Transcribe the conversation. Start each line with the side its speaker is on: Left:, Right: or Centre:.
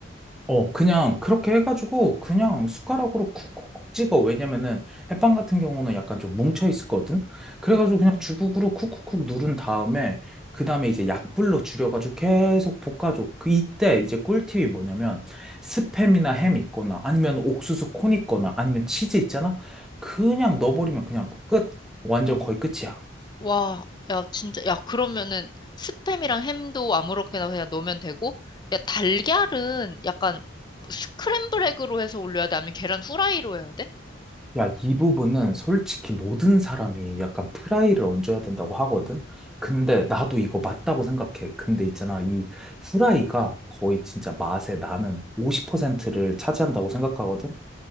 Centre: 어, 그냥 그렇게 해가지고 그냥 숟가락으로 쿡쿡쿡 찍어. 왜냐면은 햇반 같은 경우는 약간 좀 뭉쳐 있었거든. 그래가지고
Left: 어.
Centre: 그냥 주걱으로 쿡쿡쿡 누른 다음에 그 다음에 이제 약불로 줄여가지고 계속 볶아줘. 그 이때 이제 꿀팁이 뭐냐면 스팸이나 햄 있거나 아니면 옥수수 콘 있거나 아니면 치즈 있잖아. 그냥 넣어버리면 그냥 끝. 완전 거의 끝이야.
Left: 와, 야, 진짜, 야, 그러면은 스팸이랑 햄도 아무렇게나 그냥 넣으면 되고, 야, 달걀은 약간 뭐 스크램블 에그로 해서 올려야 돼? 아니면 계란 후라이로 해야 돼?
Centre: 야, 이 부분은 솔직히 모든 사람이 약간 프라이를 얹어야 된다고 하거든? 근데 나도 이거 맞다고 생각해. 근데 있잖아, 이 프라이가 거의 진짜 맛의 나는 50%를 차지한다고 생각하거든?